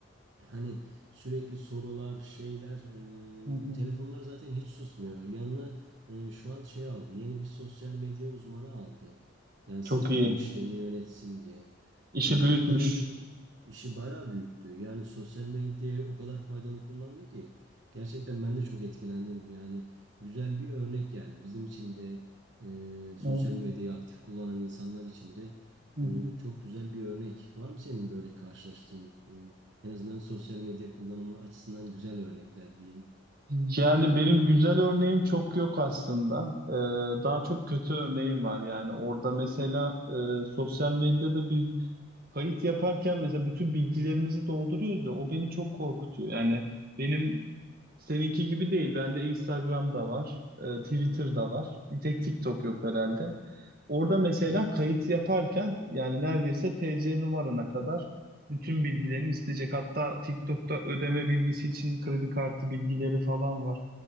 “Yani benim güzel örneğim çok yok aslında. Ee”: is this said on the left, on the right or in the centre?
Right